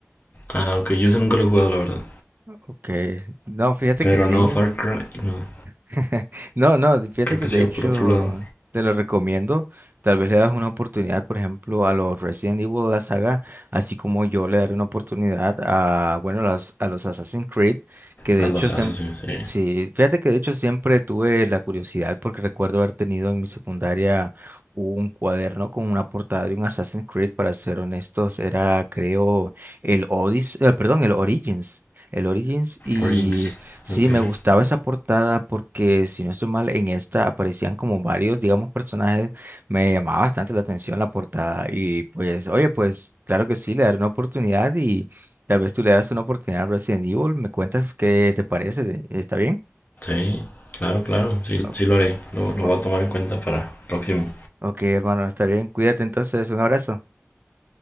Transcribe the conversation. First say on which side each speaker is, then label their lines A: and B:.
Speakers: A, on the left; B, on the right.
A: ah, ok, yo ese nunca lo he jugado, la verdad.
B: Ok, no, fíjate
A: Pero
B: que sí.
A: no, Far Cry, no.
B: <laughs> No, no, fíjate
A: Creo
B: que
A: que
B: de
A: sí va
B: hecho
A: por otro lado.
B: te lo recomiendo. Tal vez le das una oportunidad, por ejemplo, a los Resident Evil de la saga, así como yo le daré una oportunidad a, bueno, las- a los Assassin's Creed, que de
A: A
B: hecho
A: los
B: siempre,
A: Assassins, sí.
B: sí, fíjate que de hecho siempre tuve la curiosidad porque recuerdo haber tenido en mi secundaria un cuaderno con una portada de un Assassin's Creed, para ser honestos, era creo el Odyssey, eh, perdón, el Origins, el Origins
A: Origins.
B: Sí,
A: Ok.
B: me gustaba esa portada porque, si no estoy mal, en esta aparecían como varios, digamos, personajes. Me llamaba bastante la atención la portada y pues, oye, pues claro que sí, le daré una oportunidad y tal vez tú le das una oportunidad a Resident Evil. ¿Me cuentas qué te parece? ¿Está bien?
A: Sí, claro, claro. Sí,
B: O-
A: sí lo haré. Lo, lo
B: o-
A: voy a tomar en cuenta para el próximo.
B: ok, hermano, está bien. Cuídate entonces. Un abrazo.